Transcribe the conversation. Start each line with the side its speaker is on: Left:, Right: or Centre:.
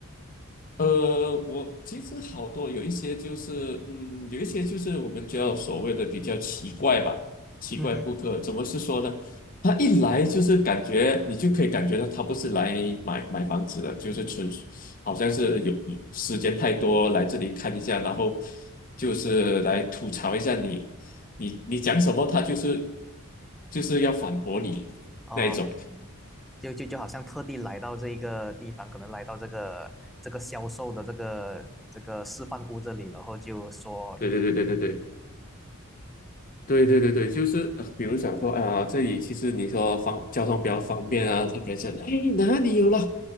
Left: 呃，我其实好多有一些就是，嗯，有一些就是我们叫所谓的比较奇怪吧，奇怪顾客怎么是说呢？
Centre: 嗯哼。
Left: 他一来就是感觉你就可以感觉到他不是来买买房子的，就是纯属好像是有时间太多来这里看一下，然后就是来吐槽一下你，你你讲什么他就是就是要反驳你那一种。
Centre: 哦就就就好像特地来到这个地方，可能来到这个这个销售的这个这个示范屋这里，然后就说一堆
Left: 对对对对对对。对对对对，就是呃比如想说，哎呀，这里其实你说方交通比较方便啊，他可以讲，哎，哪里有了？